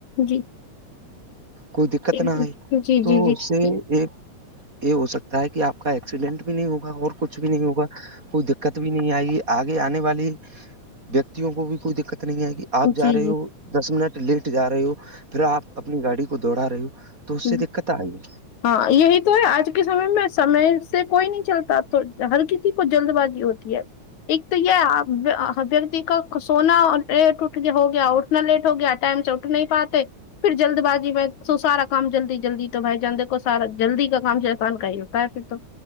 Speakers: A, on the left; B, on the right.
A: جی
B: کوئی دقت
A: جی
B: نہ آئی
A: جی
B: تو
A: جی جی
B: اس سے ایک یہ ہو سکتا ہے کہ آپ کا ایکسیڈینٹ بھی نہیں ہوگا اور کچھ بھی نہیں ہوگا کوئی دقت بھی نہیں آئے گی آگے آنے والی ویکتیوں کو بھی کوئی دقت نہیں آئے گی آپ
A: جی
B: جا
A: جی
B: رہے ہو دس منٹ لیٹ جا رہے ہو پھر آپ اپنی گاڑی کو دوڑا رہے ہو تو اس
A: جی
B: سے دقت آئے گ
A: ہاں یہی تو ہے آج کے سمے میں سمے سے کوئی نہیں چلتا تو ہلکی کو جلد بازی ہوتی ہے ایک تو یہ ویکتی کا سونا ٹوٹ گیا ہو گیا اور اتنا لیٹ ہو گیا ٹائم سے اٹھ نہیں پاتے پھر جلد بازی میں سسا رکھ کام جلدی جلدی تو بھائی جان دیکو سارا جلدی کام جیسان کا ہی ہوتا ہے پھر تو